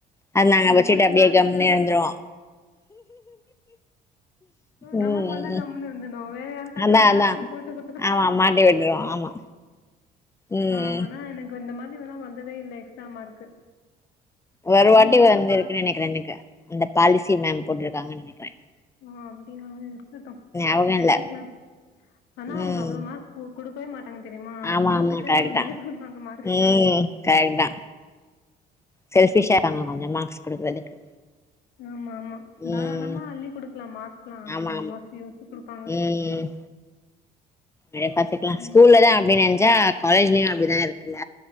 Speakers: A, on the left; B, on the left.
A: அத நாங்க
B: அது
A: வச்சுட்டு
B: போயிட்டு
A: அப்டியே
B: மேம்
A: கம்முன்னே
B: கிட்ட
A: இருந்துருவோ
B: போய் ஆ
A: ம்
B: நமக்கு வந்தா கம்முன்னு இருந்துணு வேற யாருாக்காச்சு
A: அதா
B: வந்தா
A: அதா
B: அப்டியே போட்டு குடுத்துடுவோ
A: ஆமா மாட்டி விட்டுருவோ ஆமா ம்
B: ஆ ஆனா எனக்கு இந்த மாதிரி வேணா வந்ததே இல்லை எக்ஸ்ஸாம் மார்க்கு
A: ஒரு வாட்டி
B: எனக்கு மட்டு
A: வந்துருக்குன்னு
B: பாஸ்
A: நினைக்கிறே எனக்கு இந்த பாலிசி மேம் போட்டிருக்காங்கன்னு நினைக்கிறே
B: ஆ அப்படியா இருக்கட்டு
A: அவங்க இல்ல
B: வச்சுக்கலா ஆனா
A: ம்
B: அவங்க அவ்வளவு மார் கு குடுக்கவே மாட்டாங்க தெரியுமா
A: ஆமா
B: அதா
A: ஆமா
B: பிச்சைக்காரி
A: கரெக்ட்
B: மாதி
A: தா
B: குடுப்பாங்க மாரு
A: ம் கரெக்ட் தா செல்ஃபிஷா ஆயிராங்க கொஞ்ச மார்க்ஸ் குடுக்குறதுக்கு
B: ஆமா ஆமா
A: ம்
B: தாரளமா அள்ளி குடுக்கலா மார்க்ஸ்லா
A: ஆமா
B: அவுங்க யோசிச்சு யோசிச்சு குடுப்பாங்க
A: ம் ற பாத்துக்லா ஸ்கூல்லதா
B: ம்
A: அப்படினு நெஞ்சா காலேஜ்லயு அப்டிதா இருக்குல்ல